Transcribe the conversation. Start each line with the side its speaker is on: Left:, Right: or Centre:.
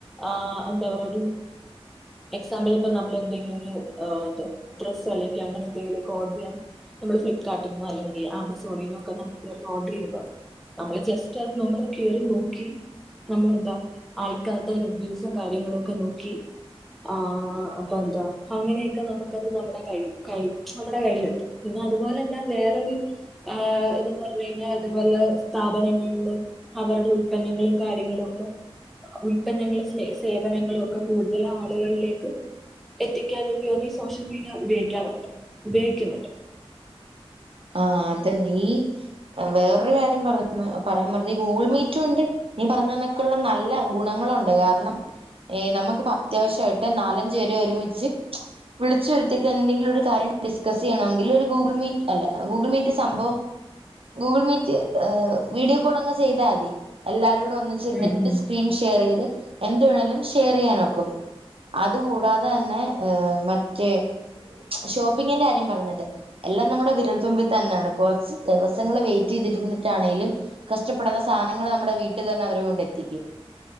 Centre: ആ എന്താ പറ ഒരു എക്സാമ്പിൾ ഇപ്പ നമ്മൾ എന്തെങ്കിലും ഒരു ആ ത് ഡ്രസ്സ് അല്ലെങ്കിൽ അങ്ങനെ എന്തെങ്കിലൊക്കെ ഓർഡർ ചെയ്യാൻ നമ്മള് ഫ്ലിപ്കാർട്ടിനോ അല്ലെങ്കിൽ ആമസോണിനോ ഒക്കെ നമ്മൾ കേറി ഓർഡർ ചെയ്ക നമ്മൾ ജസ്റ്റ് അത് നമ്മൾ കേറി നോക്കി നമ്മളെന്താ ആൾക്കാരുടെ റിവ്യൂസും കാര്യങ്ങളൊക്കെ നോക്കി ആ ആ അപ്പൊ എന്താ അങ്ങനെയൊക്കെ നമുക്കത് നമ്മുടെ കൈ കൈ നമ്മുടെ കയ്യിലെത്തും പിന്നെ അതുപോലെ തന്നെ വേറൊരു എ ഇതന്ന് പറഞ്ഞു കഴിഞ്ഞാൽ അതുപോലെ സ്ഥാപനങ്ങളിലും അവരുടെ ഉൽപന്നങ്ങളും കാര്യങ്ങളും ഒക്കെ ഉൽപന്നങ്ങളും സ്‌നേ സേവനങ്ങളും ഒക്കെ കൂടുതല് ആളുകളിലേക്ക് എത്തി എനിക്കാണെങ്കി ഒന്ന് സോഷ്യൽ മീഡിയ ഉപയോഗിക്കാറുണ്ട് ഉപയോഗിക്കുന്നുണ്ട്
Right: ആ അത് നീ വേറൊരു കാര്യം പറ പറയാൻ വന്നത് ഈ ഗൂഗിൾ മീറ്റും ഉണ്ട് നീ പറഞ്ഞ ന്നക്കുള്ള നല്ല ഗുണങ്ങളുണ്ട് അതു കാരണം എ നമുക്കിപ്പോ അത്യാവശ്യായിട്ട് നാലഞ്ച് പേരെ ഒരുമിച്ച് ച്ച് വിളിച്ചു വരുത്തീട്ട് എന്തെങ്കിലും ഒരു കാര്യം ഡിസ്കസ് ചെയ്യണെങ്കിൽ ഒരു ഗൂഗിൾ മീറ്റ് അല്ല ഗൂഗിൾ മീറ്റ് സംഭവം ഗൂഗിൾ മീറ്റ് എ് വീഡിയോ കോൾങ്ങ് ചെയ്താൽ മതി എല്ലാരും ഒന്നിച്ചിരുന്നിട്ട്
Centre: ഉം ഉം
Right: സ്ക്രീൻ ഷെയർ ചെയ്ത് എന്ത് വേണേലും ഷെയർ ചെയ്യാനൊക്കും അതുകൂടാതെ തന്നെ മറ്റേ ഷോപ്പിങ്ങിന്റെ കാര്യം പറഞ്ഞത് എല്ലാം നമ്മുടെ വിരുൾത്തുമ്പിൽ തന്നാണ് കുറച്ച് ദിവസങ്ങള് വെയിറ്റ് ചെയ്തിരുന്നിട്ടാണെങ്കിലും കഷ്ടപ്പെടുന്ന സാധനങ്ങൾ നമ്മുടെ വീട്ടിൽ തന്നെ അവരെ കൊണ്ട് എത്തിക്കും